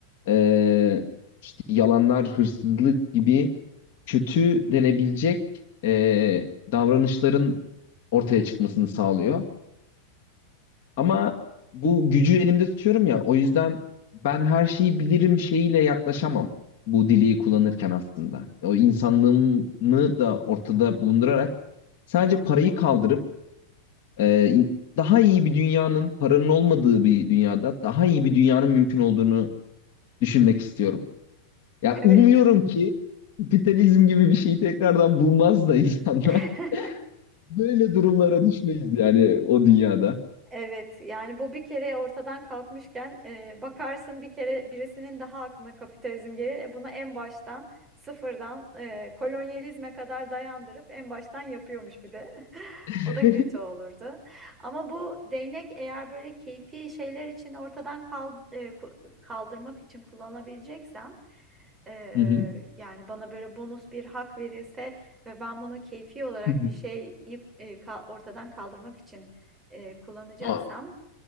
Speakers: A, on the left; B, on the right.
A: e, işte yalanlar, hırsızlık gibi kötü denebilecek e, davranışların ortaya çıkmasını sağlıyor. Ama bu gücü elimde tutuyorum ya o yüzden ben her şeyi bilirim şeyiyle yaklaşamam bu dileği kullanırken aslında. O insanlığımı da ortada bulundurarak sadece parayı kaldırıp e, in- daha iyi bir dünyanın paranın olmadığı bir dünyada daha iyi bir dünyanın mümkün olduğunu düşünmek istiyorum. Ya
B: Evet.
A: umuyorum ki kapitalizm gibi bir şeyi tekrardan bulmaz da insanlar
B: <laughs>
A: <laughs> böyle durumlara düşmeyiz yani o dünyada.
B: Evet yani bu bir kere ortadan kalkmışken e, bakarsın bir kere birisinin daha aklına kapitalizm gelir. E, Bunu en baştan sıfırdan e, kolonyalizme kadar dayandırıp en baştan yapıyormuş bir de. <laughs>
A: <laughs>
B: O da kötü olurdu. Ama bu değnek eğer böyle keyfi şeyler için ortadan kal- e, ku- kaldırmak için kullanabileceksem e,
A: Hı hı.
B: yani bana böyle bonus bir hak verilse ve ben bunu keyfi olarak
A: Hı hı.
B: bir şeyi e, ka- ortadan kaldırmak için e, kullanacaksam
A: Aa.